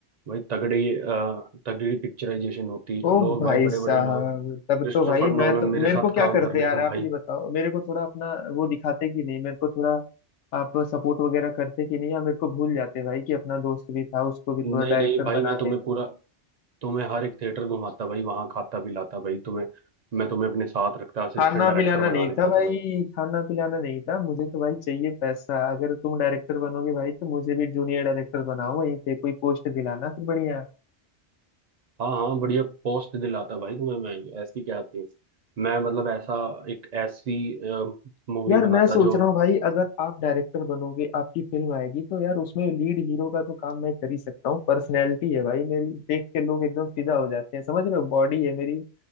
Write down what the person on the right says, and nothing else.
भाई तगड़ी अ, तगड़ी पिक्चराइजेशन होती
लोग
भाई बड़े
बड़े लोग
क्रिस्टोफर
नोलन
मेरे
साथ
काम
करने
को
भाई
नहीं
नहीं भाई
मैं तुम्हें
पूरा तुम्हें हर एक थिएटर घुमाता भाई वहां खाता पिलाता भाई तुम्हें मैं तुम्हें अपने साथ रखता असिस्टेंट
डायरेक्टर
बना लेता
तुम्हें
हाँ हाँ बढ़िया पोस्ट दिलाता भाई तुम्हें मैं ऐसी क्या थी मैं मतलब ऐसा एक ऐसी मूवी
बनाता
जो